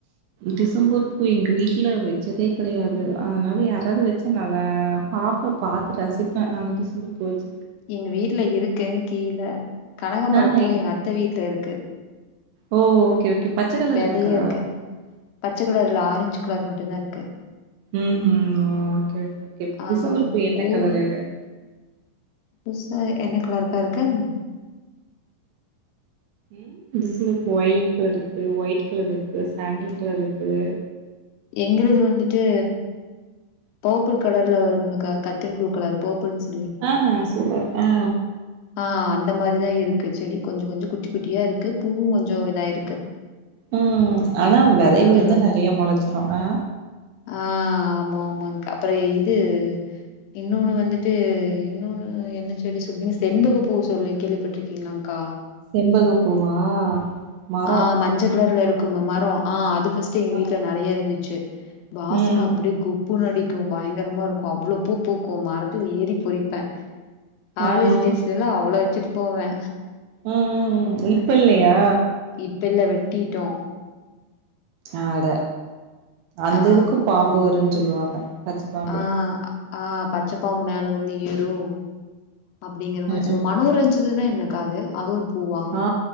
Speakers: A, on the right; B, on the left.
A: டிசம்பர் பூ எங்கவீட்ல வெச்சதே கெடையாது அதனால யாராவது வச்சா நல்லா பாப்போ பாத்து ரசிப்ப ஆனா டிசம்பர் பூ வெச்ச
B: எங்க வீட்ல இருக்கு கீழ கனகம்பரப்பூ
A: ஆஹ
B: எங்க அத்த வீட்ல இருக்கு
A: ஓ ஓகே ஓகே பச்ச கலர்
B: விதைய
A: இருக்கா
B: இருக்கு பச்ச கலர் இல்ல ஆரஞ்ச் கலர் மட்டு தா இருக்கு
A: ம் ஓகே ஓகே ஓகே
B: ஆ
A: டிசம்பர் பூ என்ன
B: ஊர்
A: கலரு
B: புதுசா என்ன கலருக்கா இருக்கு
A: ம் டிசம்பர் பூ வொய்லெட் கலர் இருக்குது ஒயிட் கலர் இருக்கு சாண்டல் கலர் இருக்குது
B: எங்களது வந்துட்டு போப்பிள் கலர்ல வரும்லக்கா கத்திரிப்ளூ கலர் போப்பிள்னு சொ
A: அ அ சூபர் அ
B: ஆ அந்த மாரிதா இருக்கு செடி கொஞ்ச கொஞ்ச குட்டி குட்டியா இருக்கு பூவு கொஞ்ச இதா இருக்கு
A: ம் ஆனா வெதைவிழுந்தா
B: கலர்ல.
A: நிறைய முளைச்சிரு ஆ
B: ஆ ஆமா ஆமாங்க்கா அப்புற இது இன்னோனு வந்துட்டு இன்னோனு என்ன செடி சொல்வீங்க செண்பக பூ சொல்லி கேள்விப்பட்ருக்கீங்ளாங்க்கா
A: செண்பக பூவா மரோ
B: ஆ மஞ்ச கலர்ல இரு குமெ மரோஆ அது ஃபஸ்ட்டு எங்க வீட்ல
A: ஆ
B: நெறைய இருந்துச்சு வாசன
A: ம்
B: அப்டியே குப்புனு அடி கு பயங்கரமா இருக்கு அவ்ளோ பூ பூக்கு மரத்துல ஏறி பொறிப்ப காலேஜ்
A: ஆ ம்
B: டேஸ் லலா அவ்ளோ வச்சிட்டு போவே
A: ம் ம் ம் இப்பில்லயா
B: இப்ப இல்ல வெட்டிட்டோ
A: அட அந்ததுக்கு
B: ஆ
A: பாம்பு வரு சொல்லுவாங்க பச்ச பாம்பு
B: ஆ ஆ பச்சப்பாம்பு மேல வந்து ஏறு அப்பிடிங்கிற மாரி
A: ம்
B: சொல்
A: ம்
B: மனோரஞ்சிதனா என்னக்காது அதொரு பூவா
A: ஆ